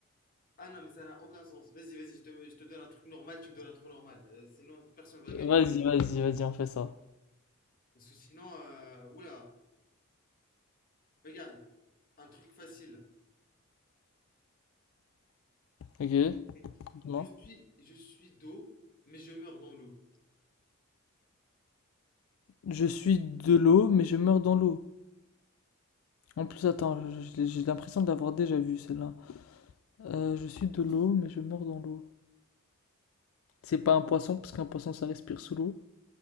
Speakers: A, on the left; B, on the left.
A: Ah non, mais ça n'a aucun sens. Vas-y, vas-y, je te, je te donne un truc normal, tu me donnes un truc normal. Euh, sinon, personne va gagner.
B: Vas-y, vas-y, vas-y, on fait ça.
A: Parce que sinon, euh, oula, regarde, un truc facile.
B: Ok,
A: Et
B: dis-moi.
A: Je suis, je suis d'eau, mais je meurs dans l'eau.
B: Je suis de l'eau, mais je meurs dans l'eau. En plus, attends, je- je- j'ai l'impression de l'avoir déjà vu celle-là. Euh, je suis de l'eau, mais je meurs dans l'eau. C'est pas un poisson, parce qu'un poisson ça respire sous l'eau.